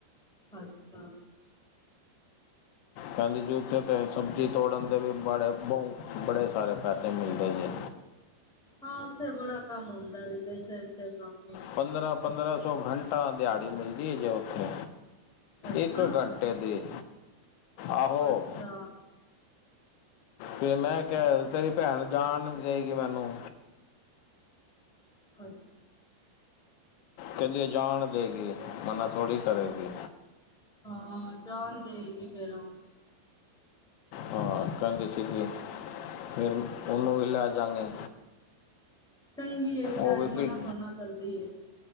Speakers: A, in the centre; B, on the left.
A: ਅੱਛਾ।
B: ਕਹਿੰਦੀ ਸੀ ਉਥੇ ਤੇ ਸਬਜ਼ੀ ਤੋੜਨ ਦੇ ਵੀ ਬੜੇ ਭੋਉ, ਬੜੇ ਸਾਰੇ ਪੈਸੇ ਮਿਲਦੇ ਜੇ।
A: ਹਾਂ, ਉੱਥੇ ਬੜਾ ਕੰਮ ਹੁੰਦਾ ਵਿਦੇਸ਼ਾਂ ਚ ਕੰਮ ਈ ਏ।
B: ਪੰਦਰਾਂ- ਪੰਦਰਾਂ ਸੌ ਘੰਟਾ ਦਿਹਾੜੀ ਮਿਲਦੀ ਹੈ ਜੇ ਉੱਥੇ,
A: ਅੱਛਾ
B: ਇੱਕ ਘੰਟਾ ਦੀ, ਆਹੋ,
A: ਅੱਛਾ
B: ਪੇ ਮੈਂ ਕਿ ਤੇਰੀ ਭੈਣ ਜਾਣ ਦੇਗੀ ਮੈਨੂੰ।
A: ਅੱਛਾ।
B: ਕਹਿੰਦੀਵਆ‌ ਜਾਣ ਦੇਗੀ, ਮਨਾ ਥੋੜੀ ਕਰੇਗੀ।
A: ਹਾਂ, ਜਾਣ ਦੇਏਗੀ ਫੇਰ ਉਹ।
B: ਹਾਂ, ਕਹਿੰਦੀ ਸੀਗੀ
A: <inaudible>
B: ਫਿਰ ਉਹਨੂੰ ਵੀ ਲੈ ਜਾਂਗਾ।
A: ਚੰਗੀ ਹੈ ਵਿਚਾਰੀ
B: ਓ ਬੀਬੀ,
A: ਮਨਾ ਥੋੜ੍ਹਾ ਨਾ ਕਰਦੀ ਹੈ